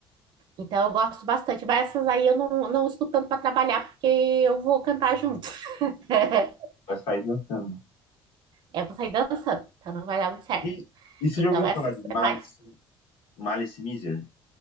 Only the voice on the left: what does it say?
Vai sair dançando.
E, e você
já ouviu
falar de Malice,
Malice Miser?